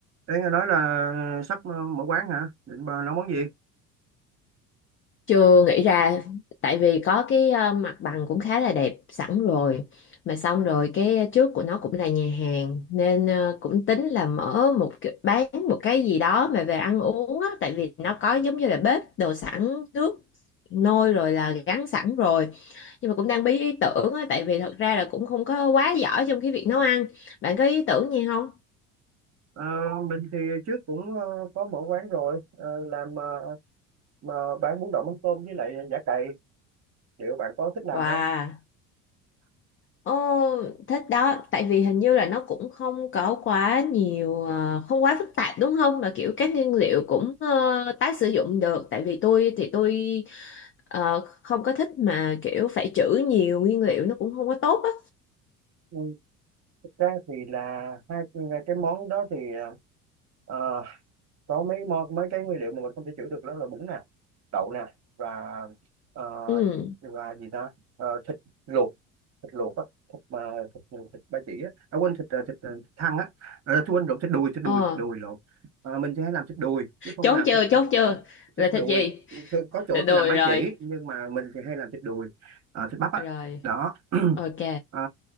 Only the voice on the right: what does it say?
Đấy, nghe nói là sắp ờ, mở quán hả? Định bà nấu món gì?
Ờ, mình thì trước cũng ờ, có mở quán rồi, ờ, làm ờ, mà bán bún đậu mắm tôm với lại giả cày. Liệu bạn có thích làm
không?
Ừ, thực ra thì là hai cái món đó thì ờ, ờ, có mấy mo- mấy cái nguyên liệu mà mình không thể chữa được đó là bún nè đậu nè và ờ,
và gì ta Ờ, thịt luộc thịt luộc á thịt mà thịt, thịt ba chỉ á à quên thịt ờ, thịt, ờ, thịt thăn á à, tôi quên lộn thịt đùi thịt
đùi thịt đùi lộn Ờ, mình sẽ làm thịt đùi chứ không
làm
thịt
ờ,
thịt đùi
Thì có chỗ
thì làm ba
chỉ nhưng mà mình thì hay làm thịt đùi ờ, thịt bắp á
đó
Ờ,